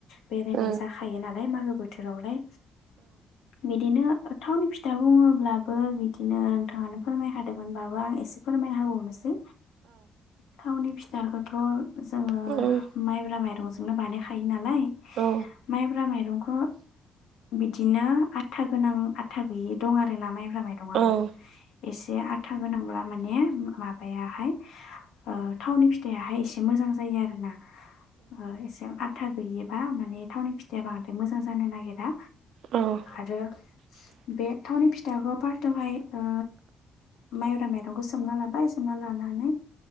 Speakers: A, on the left (about 85°); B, on the right (about 75°).
A: बेरायनाय
B: ओ
A: जाखायो नालाय मागो बोथोरावलाय बिदिनो थावनि फिथा बुङोब्लाबो बिद बिदिनो नोंथाङानो फोरमायखादोंमोनबाबो आं एसे फोरमायना होबावनोसै थावनि फिथाखौथ' जोङो
B: ओ
A: माइब्रा माइ रंजोंनो बानायखायो नालाय
B: ओ
A: माइब्रा माइरंखौ बिदिनो आथा गोनां आथा गैयि दं आरोना माइब्रा माइरं आबो
B: ओ
A: एसे आथा गोनांब्ला माने माबायाहाय ओ थावनि नि फिथायाहाय एसे मोजां जायो आरो ना ओ एसे आथा गैयैबा माने थावनि फिथाया बांद्राय मोजां जानो नागिरा
B: ओ
A: आरो बे थावनि फिथाखौ फारटआवहाय ओ माइब्रा माइरंखौ सोमना लाबाय सोमना लानानै